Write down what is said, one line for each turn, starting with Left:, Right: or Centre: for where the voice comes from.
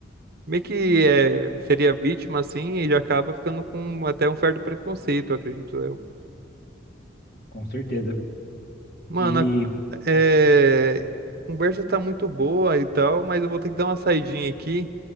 Right: meio que é, seria vítima assim e já acaba ficando com até um certo preconceito, acredito eu.
Left: Com certeza.
Right: Mano,
Left: E,
Right: a- é, a conversa tá muito boa e tal, mas eu vou ter que dar uma saidinha aqui.